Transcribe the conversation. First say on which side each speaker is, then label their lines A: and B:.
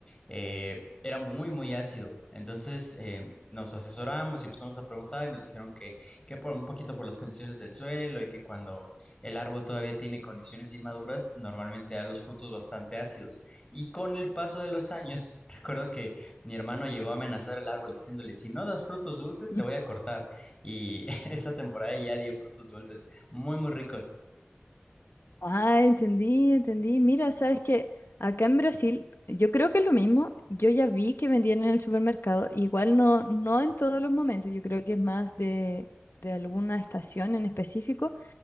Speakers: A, on the left; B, on the left.
A: eh, era muy, muy ácido. Entonces eh, nos asesoramos y empezamos a preguntar y nos dijeron que, que por un poquito por las condiciones del suelo y que cuando el árbol todavía tiene condiciones inmaduras, normalmente da los frutos bastante ácidos. Y con el paso de los años, <laughs> recuerdo que mi hermano llegó a amenazar al árbol diciéndole, si no das frutos dulces, te
B: Mm.
A: voy a cortar. Y <laughs> esa temporada ya dio frutos dulces. Muy, muy ricos.
B: Ah, entendí, entendí. Mira, sabes que acá en Brasil, yo creo que es lo mismo. Yo ya vi que vendían en el supermercado, igual no, no en todos los momentos, yo creo que es más de, de alguna estación en específico